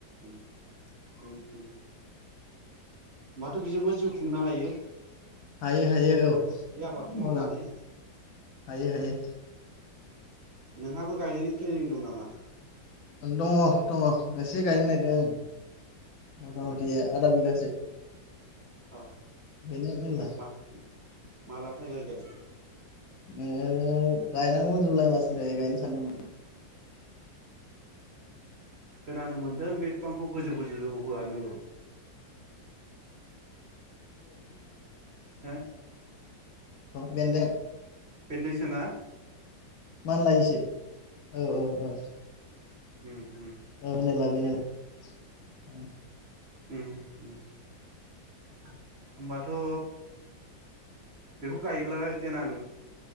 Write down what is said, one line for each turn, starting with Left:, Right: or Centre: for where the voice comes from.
Right: उम उम। होमबाथ' बेजोंबो जिउ खुंनो हायो।
Left: हायो हायो औ
Right: बे आबादखौ
Left: मोजां।
Right: मावनानै
Left: हायो हायो।
Right: नोंहाबो गायनायनि प्लेनिं दं नामा?
Left: दङ दङ एसे गायनो नागिर मथा
Right: ए
Left: मथि आधा बिगासो।
Right: औ
Left: बेनो मेरला
Right: मा मालानिफ्राय गायगोन?
Left: ओ गायनांगौमोन जुलाइ मासनिफ्राय गायनो सानदोंमोन।
Right: खोनानो मोन्दों बे बिफांखौ गोजौ गोजौ जौहोआ नंगौ।
Left: <unintelligible> <unintelligible> अह
Right: हो
Left: बेन्दों
Right: बेनदोंसोना?
Left: मानलायोसो औ औ औ।
Right: ओम।
Left: <unintelligible> औ
Right: ओम ओम होमबा थ' बेखौ गायोब्ला देनां